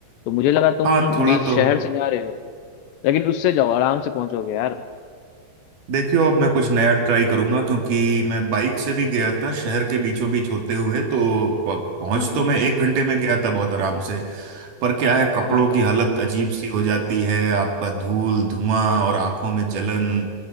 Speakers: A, on the left (about 80°); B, on the right (about 60°).
A: तो मुझे लगा तुम
B: हाँ थोड़ा
A: बीच
B: तो
A: शहर से जा रहे हो लेकिन उससे जाओ आराम से पहुंचोगे यार
B: देखियो अब मैं कुछ नया ट्राई करूंगा क्योंकि मैं बाइक से भी गया था शहर के बीचों बीच होते हुए तो प- पहुंच
A: हाँ हाँ
B: तो मैं एक घंटे में गया था बहुत आराम से पर क्या है कपड़ों
A: हाँ हाँ
B: की हालत अजीब सी हो जाती है आपका धूल धुआं
A: वही
B: और
A: वही
B: आंखों में जलन